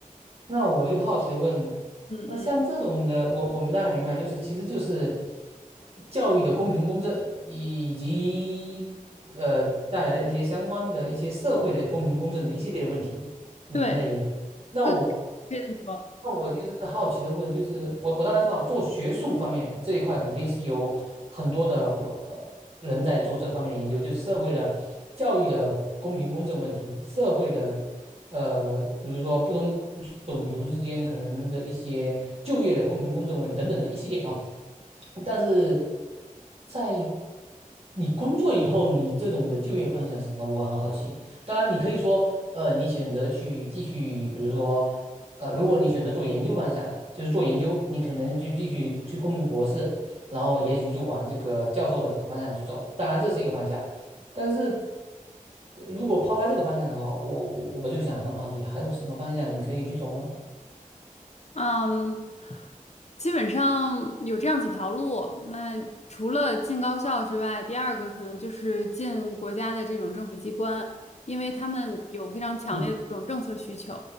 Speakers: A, on the right (about 45°); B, on the left (about 50°).
A: 那我就好奇的问，
B: 嗯嗯，
A: 那像这种的，我我们大概明白，就是其实就是教育的公平公正，以及呃带来的一些相关的一些社会的公平公正的一系列的问题，你们在研究那我
B: 对，可以可以这么说。
A: 那我其实是好奇的问，就是我我当然知道做学术方面这一块肯定是有很多的我呃人在做这方面的研究，就是社会的教育的公平公正问题，社会的呃比如说不同种族之间可能的一些就业的公平公正问题等等的一系列啊，但是在你工作以后，你这种的就业方向是什么？我很好奇。当然，你可以说，呃，你选择去继续，比如说，呃，如果你选择做研究方向的，就是做研究，你可能就继续去攻读博士，然后也许就往这个教授的这个方向去走。当然，这是一个方向，但是呃如果抛开这个方向的话，我我我就想很好奇，还有什么方向你可以去走吗？
B: 嗯，基本上有这样几条路。那除了进高校之外，第二个可能就是进国家的这种政府机关，因为他们有非常强烈的这种政策需求，
A: 嗯